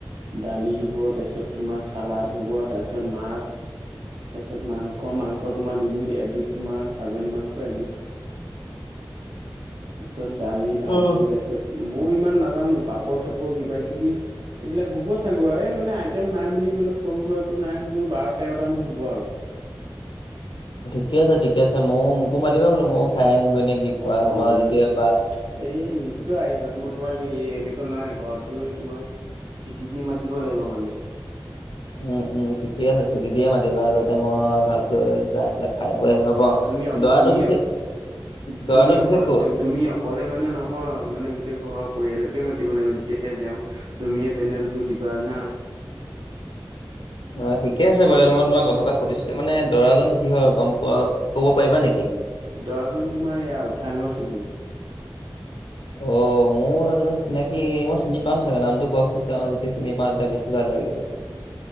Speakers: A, on the right; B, on the left.
A: দালি হ'ব, তাৰপিছত তোমাৰ চালাদ হ'ব। তাৰপিছত তোমাৰ মাছ। তাৰপিছত মাংস, মাংস তোমাৰ দুবিধ, এবিধ তোমাৰ ছাগলী, মাংস এবিধ তাৰপিছত দালি, ভাজি।
B: অ'।
A: তাৰপিছত মইয়ো ইমান নাজানোঁ। পাপৰ চাপৰ কিবা-কিবি এইবিলাক হ'ব চাগৈ, আৰু এই মানে আইটেম নাই বুলি ক'লে। সৰু সুৰাকো নাই হ'লেও বাৰ তেৰটা মান হ'ব আৰু।
B: ঠিকে আছে, ঠিকে আছে। মইয়ো মোকো মাতিবা বোলো, ময়ো খাই আহিম গৈ নে কি? কোৱা
A: অ',
B: তোমাৰ যেতিয়া
A: নিচ
B: বা
A: এই নিশ্চয় আহিবা, মই তোমাক এই এনেকুৱা নহয়, ঘৰত গৈ তোমাৰ চিঠি দি মাতিব লাগিব মানুহ।
B: উম্ উম্, ঠিকে আছে। চিঠি দিয়ে মাতিবা, যাতে মই ভালকৈ যাই পেলাই খাই বৈ আহিব পাৰোঁ।
A: তুমি অ',
B: দৰাটো
A: তুমি
B: পিছে
A: অ',
B: দৰাটো
A: তুমি অকল
B: পিছে ক'ৰ?
A: তুমি অক ক'লে মানে নহয়, মানে গোটেই ঘৰৰ পৰিয়ালকে মাতিব লাগিব, যেতিয়াই যাওঁ। তুমিয়েই পেন্দেলটো দিবা না।
B: অ', ঠিকে আছে বাৰু। মই তোমাক কথা এটা সুধিছিলোঁ, মানে দৰাজন কি হয়, গম পোৱা। ক'ব পাৰিবা নেকি?
A: দৰাজন তোমাৰ এইয়া, উঠাই মৰা চুবুৰী।
B: অ', মোৰ মানুহজন চিনাকি, মই চিনি পাম চাগে, নামটো কওঁকচোন? মই যদি চিনি পাওঁ, তেতিয়া বেছি ভাল লাগিব।